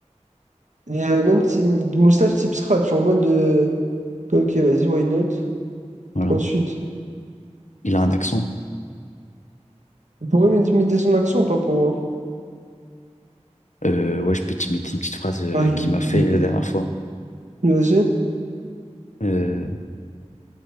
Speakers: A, on the right (about 80°); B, on the left (about 85°).
A: Et, euh, même type, moustache type scratch, en mode euh, ok, vas-y, why not?
B: Voilà.
A: Ensuite,
B: Il a un accent.
A: vous pourrez m'intimider son action ou pas pour voir?
B: Euh, ouais, je peux t'imiter une petite phrase euh,
A: Bah, je-
B: qu'il m'a fait la dernière fois.
A: je- vas-y.
B: Euh,